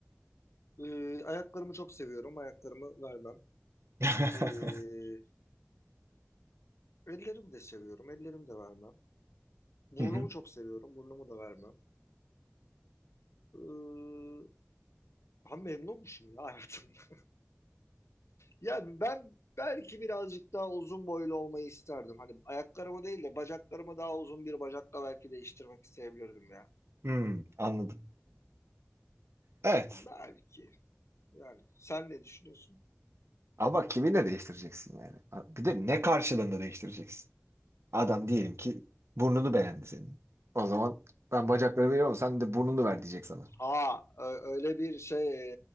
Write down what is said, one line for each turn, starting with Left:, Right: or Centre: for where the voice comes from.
Left: Ee, ayaklarımı çok seviyorum. Ayaklarımı vermem.
Right: <laughs>
Left: Ee, ellerimi de seviyorum. Ellerimi de vermem. Burnumu
Right: Hı hı.
Left: çok seviyorum. Burnumu da vermem. Ee, ben memnunmuşum ya hayatımda. <laughs> Yani ben belki birazcık daha uzun boylu olmayı isterdim. Hani ayaklarımı değil de bacaklarımı daha uzun bir bacakla belki değiştirmek isteyebilirdim ya.
Right: Hmm, anladım. Evet.
Left: Belki. Yani sen ne düşünüyorsun?
Right: Ama kiminle değiştireceksin yani? Bir de ne karşılığında değiştireceksin? Adam diyelim ki burnunu beğendi senin. O zaman ben bacakları veriyorum sen de burnunu ver diyecek sana.
Left: Ha, ö- öyle bir şey